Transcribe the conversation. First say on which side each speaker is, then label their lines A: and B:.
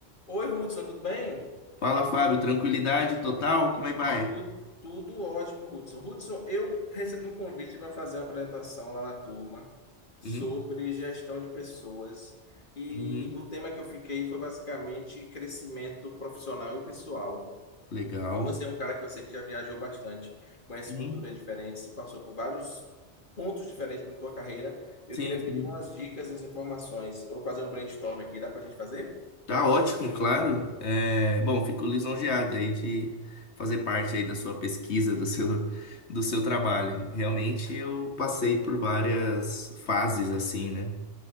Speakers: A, on the left; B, on the left.
A: Oi, Hudson, tudo bem?
B: Fala, Fábio, tranquilidade total? Como é que vai?
A: Tu- Tudo, ótimo, Hudson. Hudson, eu recebi um convite para fazer uma apresentação lá na turma sobre
B: Uhum,
A: gestão de pessoas. E
B: uhum,
A: o tema que eu fiquei foi basicamente crescimento profissional e pessoal.
B: legal.
A: E você é um cara que eu sei que já viajou bastante, conhece
B: Uhum,
A: culturas diferentes e passou por vários pontos diferentes na tua carreira. Eu
B: sim,
A: queria
B: sim.
A: pedir umas dicas e as informações. Eu vou fazer um brainstorm aqui, dá para a gente fazer?
B: Tá ótimo, claro. É, bom, fico lisonjeado aí de fazer parte aí da sua pesquisa, do seu, do seu trabalho. Realmente eu passei por várias fases assim, né?